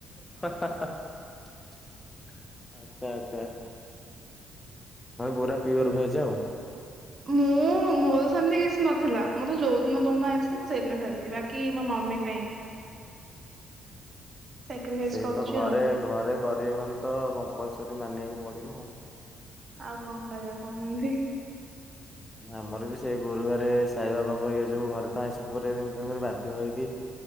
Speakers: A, on the left (about 20°); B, on the right (about 45°).
A: ହା ହା। ଆଛା ଆଛା ହଁ ପୁରା ପିଓର ଭେଜ ଆଉ।
B: ମୁଁ ମୋର ସେମିତି କିଛି ନଥିଲା। ମୋର ଯୋଉ ଦିନ ଦଉନ ଆଇଁଷ ମୁଁ ସେଇଦିନ ଖାଇବି। ବାକି ମମି ପାଇଁ, ସାକ୍ରିଫାଇସ୍
A: ସେଇ
B: କରୁଛି
A: ତ ଘରେ
B: ଆଉ
A: ଘରେ କରିବେ ମାନେ ତ ବୟସ ବି ମାନିବାକୁ ପଡିବ ଆଉ।
B: ଆଉ କଣ କରିବା କହୁନାହାନ୍ତି?
A: ଆମର ବି ସେଇ ଗୁରୁବାରେ ସାଇବାବାଙ୍କ ଇଏ ଯୋଉ ଘରେ ତ ଆଇଁଷ ପୁରେଇବେନି ତେଣୁ କରି ବାଧ୍ୟ ହେଇକି